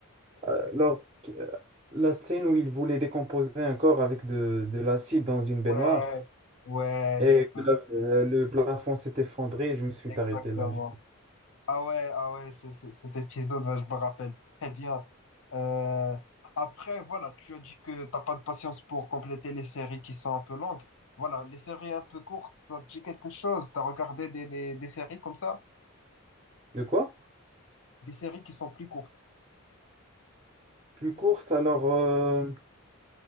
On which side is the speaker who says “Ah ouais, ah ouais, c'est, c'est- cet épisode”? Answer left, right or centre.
Left